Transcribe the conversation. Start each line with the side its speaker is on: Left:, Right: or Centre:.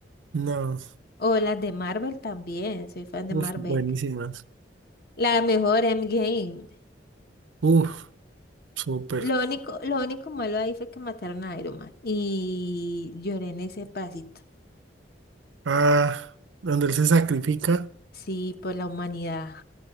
Right: No,
Left: O las de Marvel también. Soy fan de
Right: uf,
Left: Marvel.
Right: buenísimas.
Left: La mejor Endgame.
Right: Uf, súper.
Left: Lo único, lo único malo ahí fue que mataron a Iron Man. Y lloré en ese pasito.
Right: Ah, donde él se sacrifica.
Left: Sí, por la humanidad.